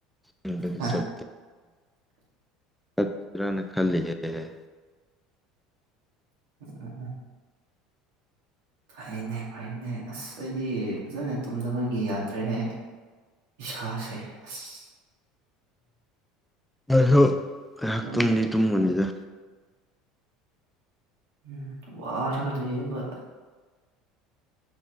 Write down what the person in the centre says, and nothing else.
ꯆ <unintelligible>
ꯇꯛ ꯇꯧꯖꯤꫪꯅ ꯈꯜꯂꯤ ꯌ‌ꯦꯍ‍ꯦ
ꯑꯗꫭ ꯉꯥꯏꯍꯥꯛ
ꯇꯝꯗꯤ ꯇꯨꯝꯃꯅꯤꯗ